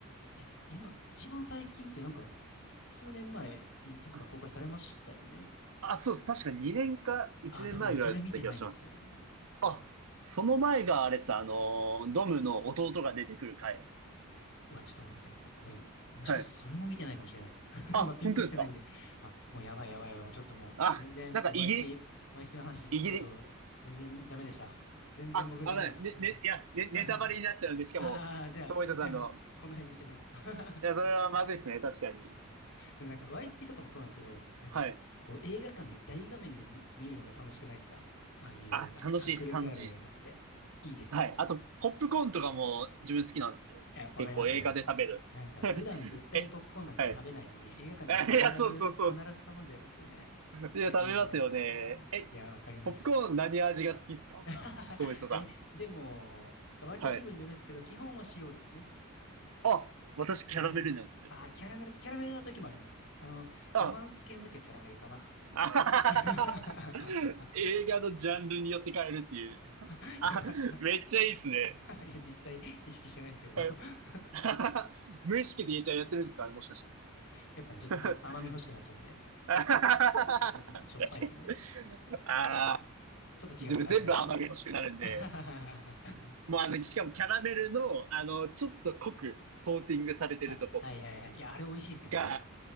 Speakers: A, on the left; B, on the right.
A: え、今、一番最近ってなんか、す数年前に確か公開されましたよね。
B: あ、あそうです。確か2年か1年前ぐらいだった気がします。
A: ああ、多分ね、それ見てないんですよね。
B: あ、その前があれさ、あのードムの弟が出てくる回。
A: うわ、ちょっと待ってください。俺、もしかしてそれも見てないかもしれないです。
B: はい。
A: <laughs>
B: あ、
A: 今ピンときてないんで。
B: 本当ですか
A: あ、もうやばいやばいやばい。もうちょっともう、
B: あ、
A: 全然ちょっと
B: なんかイギリ、
A: YSP、YSP の話、
B: イギリ、
A: ちょっと全然ダメでした。全然僕ダメだ。
B: あ、あのね、ね、ねいや、ね、
A: <laughs>
B: ネタバレになっちゃうんで、しかも、
A: ああ、じゃあ、
B: 友人さんの、
A: じゃあ、この辺にしときますか
B: いや、
A: <laughs>
B: それはまずいですね、確かに。
A: でもなんか YSP とかもそうなんですけど、なんか、
B: はい。
A: こう映画館で大画面で見見るのが楽しくないですかああいうなんか迫力ある映画っていいですよね。
B: あ、楽しいです、楽しいです。はい。あと、ポップコーンとかも自分好きなんですよ。
A: いや、わかりますよ。
B: 結構映画で食べる。
A: なんか、普段絶対ポップコーンなんて食べないのに、
B: え、はい。
A: 映画館では必ず、
B: <laughs> えいや、そうそうそうです。
A: 必ず頼んじゃいますよね。
B: いや、
A: いや、
B: 食べますよね。
A: いいんだよな。
B: え、
A: いや、わかります。
B: ポップコーン何味が好きですか
A: <laughs>
B: 友人さん。
A: え、でも、割と気分によるんですけど、
B: はい。
A: 基本は塩ですね。
B: あ、私キャラメルなんですよ。
A: 基本は。あー、キャラメル、キャラメルな時もあります。あの、
B: あ、
A: ロマンス系の時はキャラメルかな。
B: <laughs> あはははは
A: <laughs>
B: 映画のジャンルによって変えるっていう。
A: いや、
B: あ、
A: ま
B: めっちゃいいっすね。
A: あ <laughs> いや実際意識してないですけど
B: <laughs> はい
A: <laughs>
B: あははは無意識で言えちゃんやってるんですかね、もしかした
A: やっぱね、ちょっとあ甘み欲しくなっちゃうんで、
B: ら。<laughs> あははは確かに。
A: ちょっとね、しょっぱいとね、あちょっとね、
B: ああ、
A: ちょっと違うかなってなっちゃうんで。
B: 自分全部甘み欲しくなるんで。
A: <laughs>
B: もうあの、しかもキャラメルの、あの、ちょっと濃くコーティングされてるとこ
A: あ、はいはいはい。いや、あれ美味しいですよね。
B: が